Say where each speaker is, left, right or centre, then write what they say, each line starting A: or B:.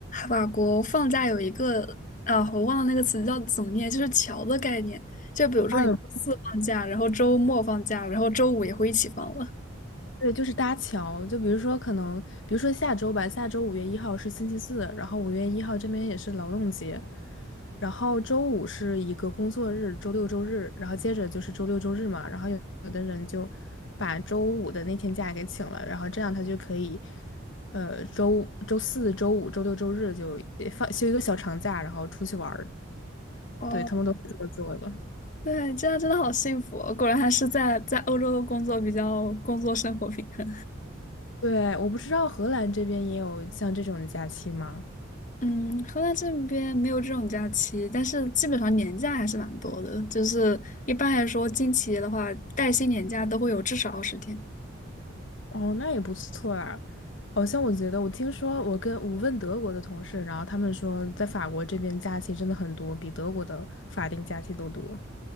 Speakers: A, on the left (about 40°); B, on the left (about 65°).
A: 法国放假有一个啊，我忘了那个词叫怎么念，就是“桥”的概念。就比如说你周四放假，
B: 阿尔
A: 然后周末放假，然后周五也会一起放了。
B: 对，就是搭桥，就比如说可能，比如说下周吧，下周五月一号是星期四，然后五月一号这边也是劳动节，然后周五是一个工作日，周六周日，然后接着就是周六周日嘛，然后有有的人就把周五的那天假给请了，然后这样他就可以，呃，周周四周五周六周日就呃放休一个小长假，然后出去玩儿
A: 哦，
B: 对，他们都是这么做的。
A: 对，这样真的好幸福哦果然还是在在欧洲工作比较工作生活平衡。
B: 对，我不知道荷兰这边也有像这种的假期吗？
A: 嗯，荷兰这边没有这种假期，但是基本上年假还是蛮多的。就是一般来说，进企业的话，带薪年假都会有至少二十天。
B: 哦，那也不错啊。好像我觉得，我听说我跟我问德国的同事，然后他们说，在法国这边假期真的很多，比德国的法定假期都多。